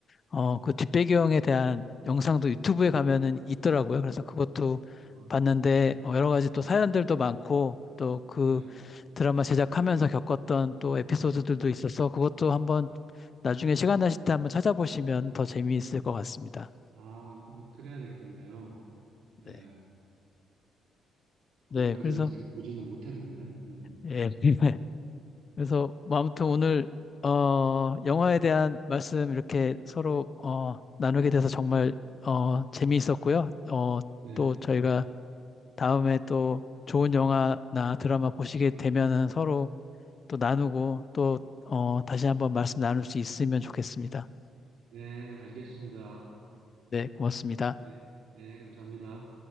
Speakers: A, on the left (about 40°); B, on the right (about 80°).
A: 어, 그 뒷배경에 대한 영상도 유튜브에 가면은 있더라고요. 그래서 그것도
B: 음,
A: 봤는데 어, 여러 가지 또
B: 네.
A: 사연들도 많고 또 그
B: 네.
A: 드라마 제작하면서 겪었던 또 에피소드들도 있어서 그것도 한번 나중에 시간 나실 때 한번 찾아보시면 더 재미있을 것 같습니다.
B: 아, 그, 그래야 되겠네요. 네.
A: 네.
B: 그것까지는
A: 네, 그래서
B: 제가 보지는 못했는데. 음,
A: 예. <laughs> 그래서 뭐 아무튼 오늘 어, 영화에 대한 말씀 이렇게 서로 어, 나누게 돼서 정말 어, 재미있었고요. 어,
B: 네.
A: 또 저희가 다음에 또 좋은 영화나 드라마 보시게 되면은 서로 또 나누고 또 어, 다시 한번 말씀 나눌 수 있으면 좋겠습니다.
B: 네, 알겠습니다.
A: 네, 고맙습니다.
B: 네. 네, 감사합니다.